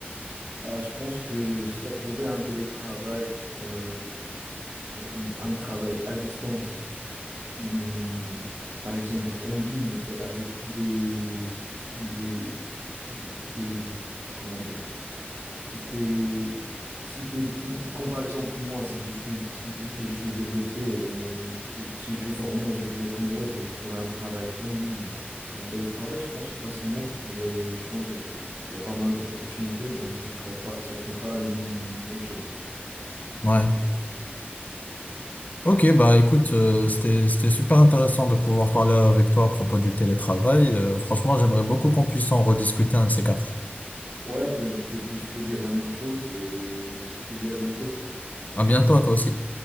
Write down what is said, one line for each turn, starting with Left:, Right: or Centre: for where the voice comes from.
Right: bah, je pense que si tu as trouvé un télétravail, euh, euh, un travail à distance, hum, par exemple en ligne et avec des, des, des, comment dire, Si t'es, si t'es, euh, comme par exemple moi, si je suis, si je, je suis développé, en- si, je si je suis formé en développement web, je trouve un travail en ligne, en télétravail, je pense que facilement je pourrais changer. Il y a pas mal d'opportunités, donc ça serait pas, ça serait pas une grande chose.
Left: Ouais. Ok, bah écoute, euh, c'était c'était super intéressant de pouvoir parler avec toi à propos du télétravail. Euh, franchement, j'aimerais beaucoup qu'on puisse en rediscuter un de ces quatre.
Right: Ouais, ben, je peux, je peux dire la même chose et je te dis à bientôt.
Left: À bientôt à toi aussi.